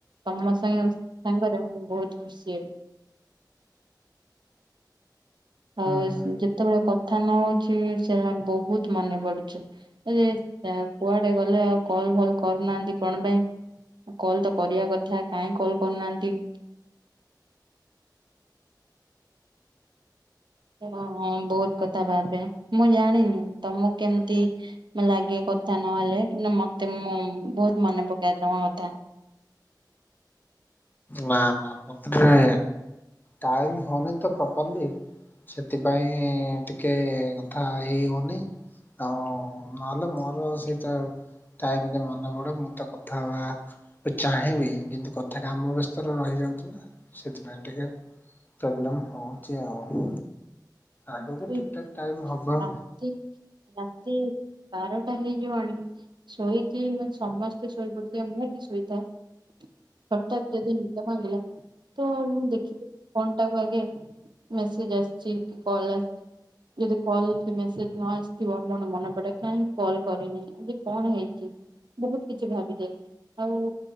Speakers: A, on the right; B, on the left.
A: ତମ ମୋ ସାଙ୍ଗ ସାଙ୍ଗରେ ମୁଁ ବହୁତ ଖୁସି ହେବି। ଆଉ
B: ହୁଁ
A: ଯେତେବେଳେ କଥା ନ ହଉଛି ସେ ବହୁତ ମନେ ପଡୁଛି ଏ ଯେ କୁଆଡ଼େ ଗଲେ ଆଉ କଲ ଫଲ କରୁନାହାନ୍ତି କଣ ପାଇଁ? କଲ୍ ତ କରିବା କଥା କାହିଁ କଲ୍ କରୁନାହାନ୍ତି? ଓ ବହୁତ କଥା ଭାବେ ମୁଁ ଜାଣିନି ତମକୁ କେମିତି ଲାଗେ କ କଥା ନହେଲେ କିନ୍ତୁ ମତେ ମୁଁ ବହୁତ ମନେ ପକେଏ ତମ କଥା।
B: ନା ନା ମତେ ଟିକେ ଟାଇମ୍ ହଉନି ତ ପ୍ରପରଲି। ସେଥିପାଇଁ ଟିକେ କଥା ହେଇ ହଉନି। ହ ନଲେ ମୋର ସେଇଟା ଟାଇମ୍ ଟା ମନେ ପଡ଼େ ମୁଁ ତ କଥା ହବା ଚାହିଁବି କିନ୍ତୁ କଥା କାମ ବ୍ୟସ୍ତ ରେ ରହିଯାଉଛି ନା ସେଥିପାଇଁ ଟିକେ ପ୍ରୋବ୍ଲେମ ହଉଛି ଆଉ।
A: ଏମିତି
B: ଆଗକୁ
A: ବି
B: ଠିକ୍
A: ବେଳେ
B: ଠାକ୍ ଟାଇମ
A: ବେଳେ
B: ହବ।
A: ହୁଏ ରାତି ରାତି ବାରଟା ହେଇଯିବ ଆଣି ଶୋଇକି ସମସ୍ତେ ଶୋଇପଡ଼ିଥିବେ ମୁଁ କିନ୍ ଶୋଇଥାଏ ହଠାତ୍ ଯଦି ନିଦ ଭାଙ୍ଗିଲା ତ ମୁଁ ଦେଖିଦିଏ ଫୋନ ଟାକୁ ଆଗେ ମେସେଜ ଆସିଛି କି କଲ ଆ ଯଦି କଲ କି ମେସେଜ ନ ଆସିଥିବ ମୋ ମନେ ପଡ଼େ କାହିଁକ କଲ୍ କରିନି ଆଜି କଣ ହେଇଛି? ବହୁତ କିଛି ଭାବିଥାଏ ଆଉ